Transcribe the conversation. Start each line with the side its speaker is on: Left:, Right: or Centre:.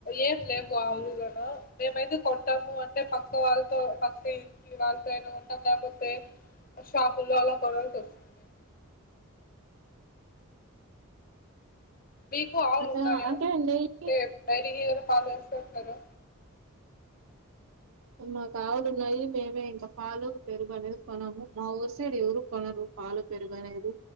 Left: ఏం లేవు ఆవులుగాన మేమైతే కొంటాము అంటే పక్క వాళ్ళతో పక్క ఇంటి వాళ్ళతో అయినా కొంటాం లేకపోతే షాపుల్లో అలా కొనల్సి వస్తుంది మేము మీకు ఆవులు ఉన్నాయా
Right: ఆ, అంటే నెయ్యి
Left: అంటే డైరీకి ఫాలో చేస్తే వస్తారు
Right: మా కావుడు మళ్ళీ మేమే ఇంకా పాలు పెరుగు అనేది కొనము మా ఊరు సైడ్ ఎవరు కొనరు పాలు పెరుగు అనేది